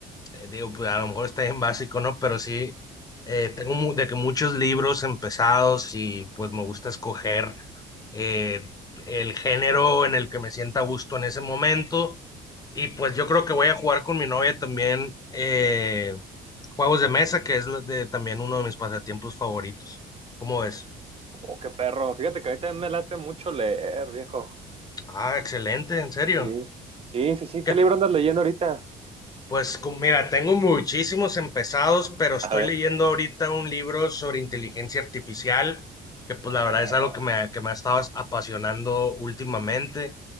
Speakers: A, on the left; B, on the right.
A: eh, digo, pues, a lo mejor está en básico, ¿no? Pero sí, eh, tengo mu- de que muchos libros empezados y pues me gusta escoger eh, el género en el que me sienta a gusto en ese momento. Y pues yo creo que voy a jugar con mi novia también eh, juegos de mesa, que es lo de, también uno de mis pasatiempos favoritos. ¿Cómo ves?
B: Oh, qué perro. Fíjate que ahorita me late mucho leer, viejo.
A: Ah, excelente, en serio.
B: Sí, sí, sí, sí.
A: ¿Qué
B: ¿Qué libro andas leyendo ahorita?
A: Pues cu- mira, tengo muchísimos empezados, pero estoy
B: A ver,
A: leyendo ahorita un libro sobre inteligencia artificial, que pues
B: qué
A: la verdad
B: perro.
A: es algo que me, ha- que me ha estado apasionando últimamente.